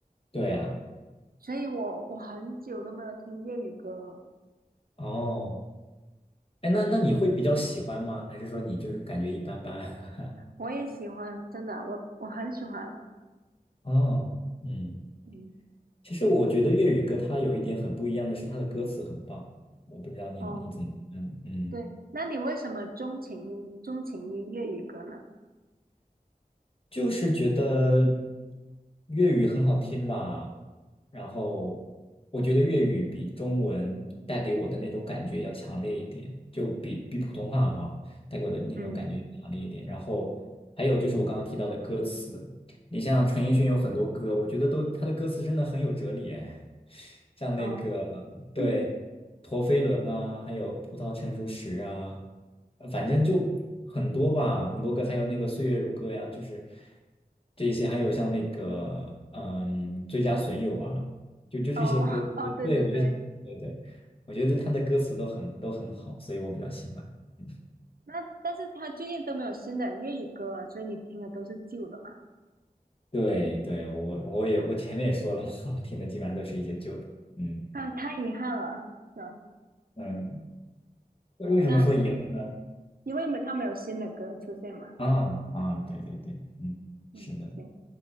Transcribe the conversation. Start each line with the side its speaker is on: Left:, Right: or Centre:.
Left: 对啊，
Right: 所以我我很久都没有听粤语歌了。
Left: 哦，哎，那那你会比较喜欢吗？还是说你就是感觉一般般？<laughs>
Right: 我也喜欢，真的，我我很喜欢。
Left: 哦，嗯，
Right: 嗯，
Left: 其实我觉得粤语歌它有一点很不一样的是，它的歌词很棒，我不知道你你怎么看，
Right: 哦，
Left: 嗯。
Right: 对，那你为什么钟情于钟情于粤语歌呢？
Left: 就是觉得粤语很好听吧，然后我觉得粤语比中文带给我的那种感觉要强烈一点，就比比普通话哈带给我的那种感觉强烈一点。
Right: 嗯，
Left: 然后还有就是我刚刚提到的歌词，你像陈奕迅有很多歌，我觉得都他的歌词真的很有哲理哎，<laughs> 像那个
Right: 哦，
Left: 对。
Right: <clears throat>
Left: 陀飞轮啊，还有葡萄成熟时啊，呃反正就很多吧，很多个，还有那个岁月如歌呀，就是这些，还有像那个嗯，最佳损友啊，就就这些歌的歌，
Right: 哦，哦，对对对。
Left: 对，我觉得，对对，我觉得他的歌词都很都很好，所以我比较喜欢。嗯，
Right: 那但是他最近都没有新的粤语歌了，所以你听的都是旧的嘛？
Left: 对对，我我也我前面也说了嘛，<laughs> 听的基本上都是一些旧的。嗯
Right: 啊，太遗憾了。是吧
Left: 嗯，为什么说遗憾呢？
Right: 那因为他们有新的歌出现嘛。
Left: 啊啊，对对对，嗯，
Right: 嗯，
Left: 是的，
Right: 行，